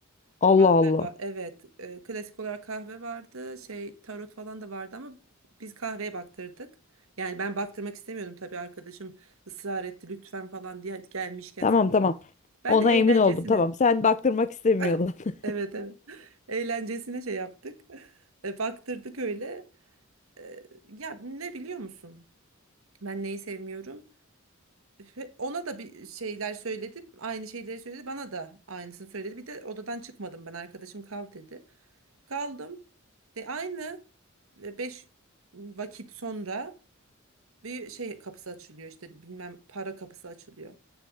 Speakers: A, on the left (about 35°); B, on the right (about 80°).
A: Allah
B: Kahve
A: Allah.
B: var evet E, klasik olarak kahve vardı şey tarot falan da vardı ama biz kahveye baktırdık. Yani ben baktırmak istemiyordum tabii arkadaşım ısrar etti lütfen falan diye hadi gelmişken
A: Tamam
B: sen.
A: tamam.
B: Ben
A: Ona
B: de eğlencesine
A: emin oldum. Tamam sen baktırmak istemiyordun.
B: <laughs>
A: <laughs>
B: evet evet eğlencesine şey yaptık <laughs> E, baktırdık öyle. E, ya ne biliyor musun? Ben neyi sevmiyorum? Ve Ona da bir şeyler söyledi. Aynı şeyleri söyledi. Bana da aynısını söyledi. Bir de odadan çıkmadım ben. Arkadaşım kal dedi. Kaldım. E, aynı e, 5 vakit sonra bir şey kapısı açılıyor. işte bilmem para kapısı açılıyor.